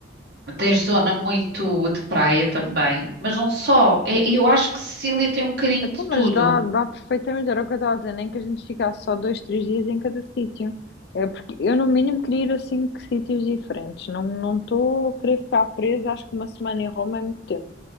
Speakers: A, on the right; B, on the left.
A: Tens zona muito de praia também, mas não só. É- Eu acho que Sicília tem um bocadinho
B: Então,
A: de
B: mas
A: tudo.
B: dá, dá perfeitamente, era o que eu estava a dizer, nem que a gente ficasse só dois, três dias em cada sítio. É porque eu, no mínimo, queria ir a cinco sítios diferentes. Não não estou a querer ficar presa, acho que uma semana em Roma é muito tempo.